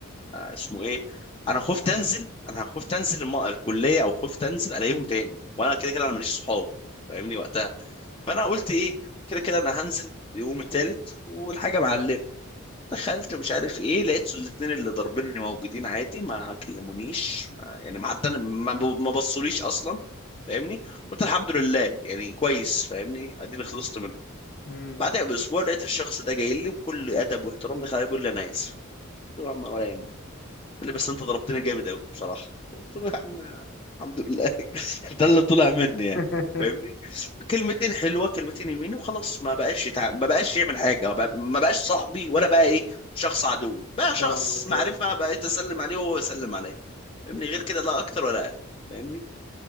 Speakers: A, on the left (about 25°); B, on the left (about 50°).
A: اسمه ايه انا خفت انزل انا خفت انزل الم- الكليه او خفت انزل الاقيهم تاني وانا كده كده انا ماليش صحاب فاهمني وقتها فانا قلت ايه كده كده انا هنزل يوم التالت والحاجه معلمه دخلت مش عارف ايه لقيت الاتنين اللي ضاربيني موجودين عادي ما كلمونيش ما يعني ما حتى ما, ما بصوليش اصلا فاهمني قلت الحمد لله يعني كويس فاهمني اديني خلصت منه
B: مم.
A: بعدها باسبوع لقيت الشخص ده جاي لي بكل ادب واحترام دخل علي بيقول لي انا اسف قلت له يا عم ولا يهمك قال لي بس انت ضربتني جامد قوي بصراحه قلت له يا عم الحمد لله <laughs> ده اللي طلع مني يعني
B: <laughs>
A: فاهمني كلمتين حلوه كلمتين يمين وخلاص ما بقاش يتع... ما بقاش يعمل حاجه بقى... ما بقاش صاحبي ولا بقى ايه شخص عدوي بقى شخص
B: فاهمك
A: معرفه
B: اه.
A: بقيت اسلم عليه وهو يسلم عليا فاهمني غير كده لا اكتر ولا اقل فاهمني